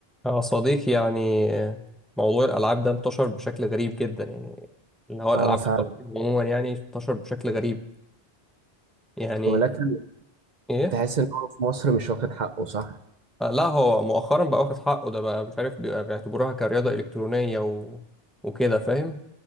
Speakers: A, in the centre; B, on the right.
A: يا صديقي يعني موضوع الألعاب ده انتشر بشكل غريب جدا يعني اللي هو الألعاب
B: اه فعلا
A: الترفيه عموما يعني انتشر بشكل غريب يعني
B: ولكن
A: إيه؟
B: تحس ان هو في مصر مش واخد حقه صح
A: آه، لا هو مؤخرا بقى واخد حقه ده بقى مش عارف بيبقى بيعتبروها كرياضة إلكترونية و... وكده فاهم؟